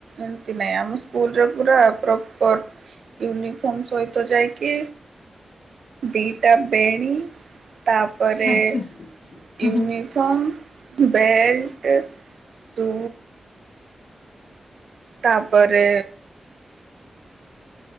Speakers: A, on the right; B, on the left.
A: ଏମତି ନାଇଁ ଆମ ସ୍କୁଲରେ ପୁରା ପ୍ରପର ୟୁ ୟୁନିଫର୍ମ ସହିତ ଯାଇକି ଦିଟା ବେଣୀ ତାପରେ
B: ଆଚ୍ଛା ହୁଁ
A: ୟୁନିଫର୍ମ
B: ହୁଁ
A: ବେଲ୍ଟ ସୁ ତାପରେ